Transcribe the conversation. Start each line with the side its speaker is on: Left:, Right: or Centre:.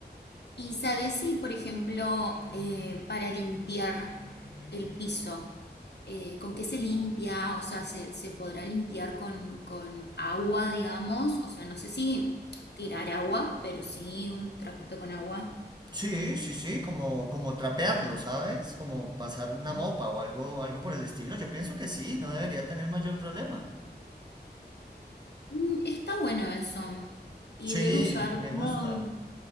Left: ¿Y sabes si, por ejemplo, eh, para limpiar el piso, eh, con qué se limpia? O sea, ¿se, se podrá limpiar con, con agua, digamos? O sea, no sé si tirar agua, pero sí un trapito con agua.
Right: Sí, sí, sí, como, como trapearlo, ¿sabes? Como pasar una
Left: Ajá.
Right: mopa o algo, algo por el estilo. Yo pienso que sí, no debería tener mayor problema.
Left: Mm, está bueno eso. Y
Right: Sí,
Left: debe usar,
Right: me
Left: no,
Right: gusta.